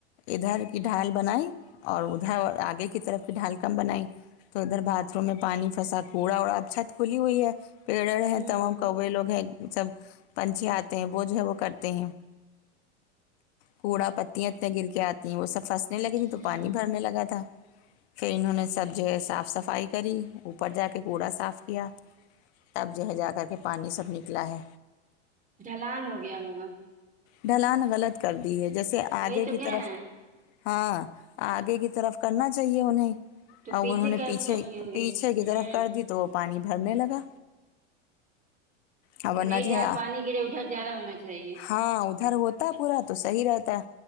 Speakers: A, on the left; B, on the right.
A: ادھر کی ڈھال بنائی اور ادھر اور آگے کی طرف کی ڈھال کم بنائی تو ادھر باتھ روم میں پانی پھسا کوڑا وڑا اب چھت کھلی ہوئی ہے پیڑڑ
B: ہوں
A: ہے تمام کوے لوگ ہیں سب پنچیات وہ جو ہے وہ کرتے ہیں کوڑا پتیاں اتنے گر کے آتی ہیں وہ سب فست لگی تھی
B: ہوں
A: تو پانی بھرنے لگا تھا پھر انہوں نے سب جو ہے صاف صفائی کری اوپر جا کے گڑا صاف کیا تب جو ہے جا کر کے پانی سب نکلا ہے
B: ڈھلان ہو گیا ہوگا
A: ڈھلان غلط کر دی ہے جیسے
B: وہی
A: آگے
B: تو
A: کی
B: کہہ
A: طرف
B: رہے ہیں
A: ہاں آگے کی طرف کرنا چاہیے انہیں
B: تو
A: ا انہوں نے
B: کیا
A: پیچھے
B: کر دیے ہوں گے
A: پیچھے
B: ہوں
A: کی طرف کر دی تو وہ پانی بھرنے لگا اور ورنہ
B: کہ نہیں
A: جو
B: جہاں
A: ہے
B: پانی کے لیے ادھر زیادہ ہونا چاہیے
A: ہاں ادھر ہوتا ہے پورا تو صحیح رہتا ہے